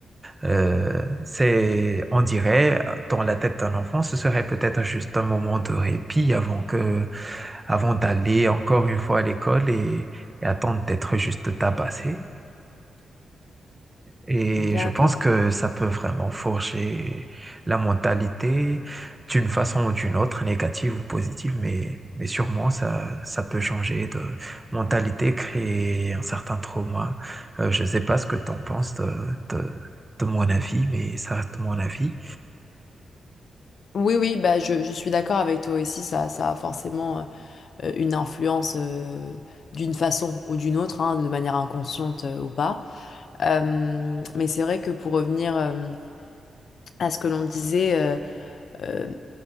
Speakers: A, on the right (about 20°); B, on the left (about 65°).
A: Euh, c'est, on dirait, euh, dans la tête d'un enfant, ce serait peut-être juste un moment de répit avant que, avant d'aller encore une fois à l'école et, et attendre d'être juste tabassé. Et
B: D'accord.
A: je pense que ça peut vraiment forger la mentalité d'une façon ou d'une autre, négative ou positive, mais, mais sûrement ça, ça peut changer de mentalité, créer un certain trauma. Euh, je ne sais pas ce que tu en penses de, de, de mon avis, mais ça reste mon avis.
B: Oui, oui, bah je, je suis d'accord avec toi aussi, ça, ça a forcément. euh, euh, une influence euh, d'une façon ou d'une autre, hein, de manière inconsciente euh, ou pas. Euh, mais c'est vrai que pour revenir euh, à ce que l'on disait, euh, euh,